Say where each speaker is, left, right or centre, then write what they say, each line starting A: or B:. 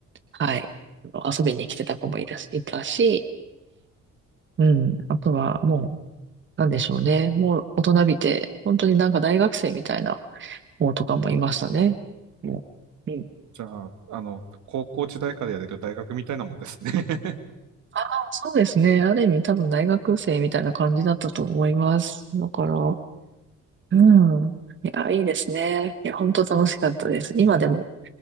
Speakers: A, on the right; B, on the right.
A: はい、あの遊びに来てた子もいたし、いたし、うん、あとはもう、なんでしょうね。もう大人びて、本当になんか大学生みたいな子とかもいましたね。もう、うん。
B: じゃあ、あの、高校時代からやれる大学みたいなもんですね。
A: ああ、そうですね。ある意味多分大学生みたいな感じだったと思います。だから、うん。いや、いいですね。いや、本当楽しかったです。
B: <laughs>
A: 今でも、